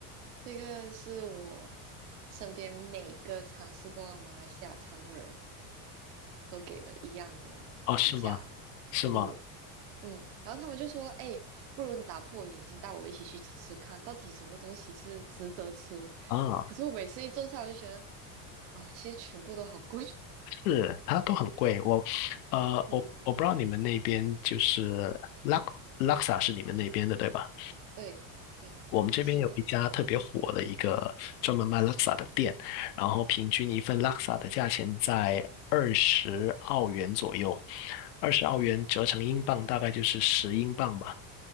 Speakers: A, on the right (about 70°); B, on the left (about 90°).
A: 这个是我身边每个尝试过马来西亚餐的人。都给了一样的评价，
B: 哦，是吗？是吗？
A: 嗯嗯，然后他们就说，哎，不如你打破我眼睛，带我一起去吃吃看，到底什么东西是值得吃。
B: 啊，
A: 可是我每次一坐下，我就觉得，啊、其实全部都好贵，<laughs>
B: 是，它都很贵。我，呃，
A: 嗯，
B: 我我不知道你们那边就是拉拉萨是你们那边的对吧？
A: 对对，
B: 我们这边有一家特别火的一个专门卖拉萨的店，
A: 是的。
B: 然后平均一份拉萨的价钱在二十澳元左右，二十澳元折成英镑大概就是十英镑吧。